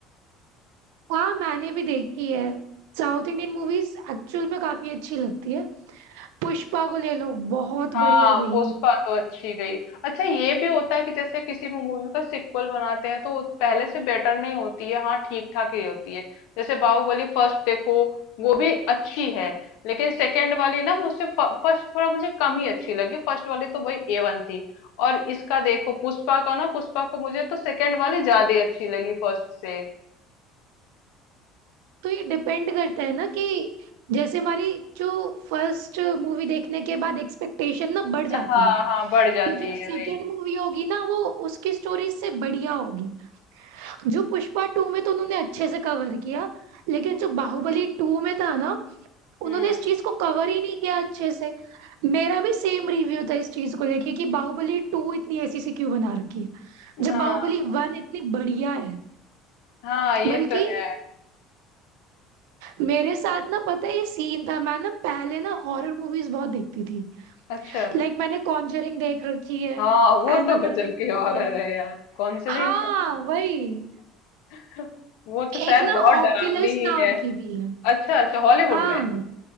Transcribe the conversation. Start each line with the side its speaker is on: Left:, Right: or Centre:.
Right: हाँ मैंने भी देखी है साउथ इंडियन मूवीज एक्चुअल में काफी अच्छी लगती है पुष्पा को ले लो बहुत
Left: हाँ
Right: बढ़िया गई
Left: पुष्पा
Right: है वो।
Left: तो अच्छी गई अच्छा ये भी होता है कि जैसे किसी मूवी का सिक्वल बनाते हैं तो वो पहले से बेटर नहीं होती है हाँ ठीक ठाक ही होती है जैसे बाहुबली फर्स्ट देखो वो भी अच्छी है लेकिन सेकंड वाली ना मुझसे फर्स्ट थोड़ा मुझे कम ही अच्छी लगी फर्स्ट वाली तो भाई ए वन थी और इसका देखो पुष्पा का ना पुष्पा को मुझे तो सेकंड वाली ज्यादा अच्छी लगी फर्स्ट से
Right: तो ये डिपेंड करता है ना कि जैसे हमारी जो फर्स्ट मूवी देखने के बाद एक्सपेक्टेशन ना बढ़ जाती
Left: हाँ
Right: है
Left: हाँ बढ़ जाती
Right: कि जो सेकंड
Left: है भाई
Right: मूवी होगी ना वो उसकी स्टोरी से बढ़िया होगी जो पुष्पा टू में तो उन्होंने अच्छे से कवर किया लेकिन जो बाहुबली टू में था ना उन्होंने
Left: हम्म
Right: इस चीज को कवर ही नहीं किया अच्छे से मेरा भी सेम रिव्यू था इस चीज को लेके कि बाहुबली टू इतनी ऐसी सी क्यों बना रखी है जब
Left: हाँ
Right: बाहुबली वन इतनी बढ़िया है
Left: हाँ ये
Right: बल्कि
Left: तो है
Right: मेरे साथ ना पता है ये सीन था मैं ना पहले ना हॉरर मूवीज बहुत देखती थी
Left: अच्छा
Right: लाइक मैंने कॉन्जरिंग देख रखी है
Left: हाँ वो
Right: एनाबेल
Left: तो गजब
Right: देख
Left: की
Right: रखी
Left: हॉरर
Right: है
Left: है यार कॉन्जरिंग
Right: हाँ
Left: तो बहुत
Right: वही
Left: <laughs> वो तो शायद
Right: एक ना
Left: बहुत
Right: ऑक्यूलस
Left: डरावनी ही
Right: नाम
Left: है
Right: की भी है
Left: अच्छा अच्छा हॉलीवुड
Right: हाँ
Left: में